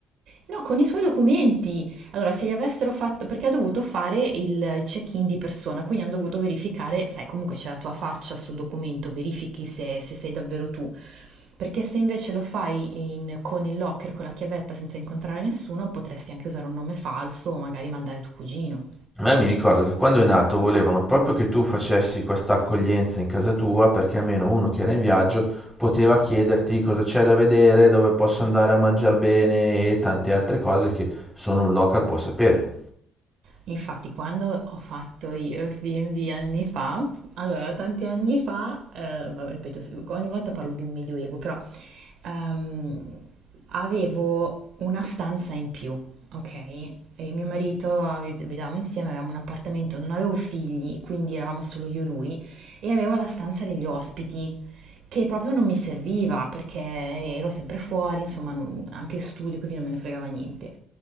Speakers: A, on the right; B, in the centre.
A: No, con i suoi documenti. Allora, se gli avessero fatto, perché ha dovuto fare il, il check-in di persona, quindi hanno dovuto verificare, sai, comunque c'è la tua faccia sul documento, verifichi se, se sei davvero tu. Perché se invece lo fai in- con il locker, con la chiavetta, senza incontrare nessuno, potresti anche usare un nome falso o magari mandare tuo cugino.
B: Ma mi ricordo che quando è nato volevano proprio che tu facessi questa accoglienza in casa tua perché almeno uno che era in viaggio poteva chiederti cosa c'è da vedere, dove posso andare a mangiare bene e tante altre cose che solo un local può sapere.
A: Infatti, quando ho fatto io il B&B anni fa, allora tanti anni fa, eh, vabbè, ripeto, ogni volta parlo del Medioevo, però ehm, avevo una stanza in più, ok? E mio marito abit- abitavamo insieme, avevamo un appartamento, non avevo figli, quindi eravamo solo io e lui, e avevo la stanza degli ospiti che proprio non mi serviva perché ero sempre fuori, insomma, non- anche studi così non me ne fregava niente.